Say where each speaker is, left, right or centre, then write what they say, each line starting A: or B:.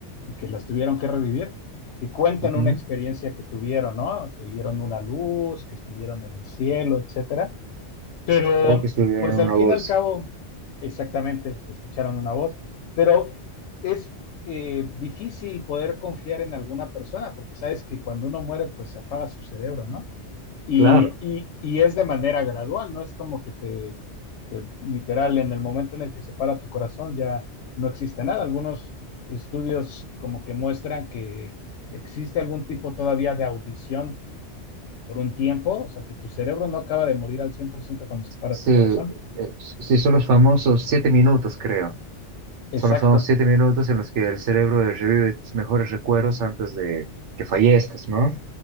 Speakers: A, on the left; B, on the right.
A: que las tuvieron que revivir, que cuentan
B: Ujú.
A: una experiencia que tuvieron, ¿no? Que vieron una luz, que estuvieron en el cielo, etcétera. Pero,
B: O que estuviera
A: pues
B: en una
A: al fin
B: bolsa.
A: y al cabo, exactamente, escucharon una voz, pero es eh, difícil poder confiar en alguna persona, porque sabes que cuando uno muere, pues se apaga su cerebro, ¿no? Y,
B: Claro.
A: y, y es de manera gradual, no es como que te, que literal, en el momento en el que se para tu corazón ya no existe nada. Algunos estudios como que muestran que existe algún tipo todavía de audición por un tiempo, o sea, que tu cerebro no acaba de morir al 100% cuando se para
B: Sí,
A: tu corazón,
B: eh, sí, son los famosos siete minutos, creo. Son
A: Exacto,
B: los famosos siete minutos en los que el cerebro eh, revive tus mejores recuerdos antes de que fallezcas, ¿no?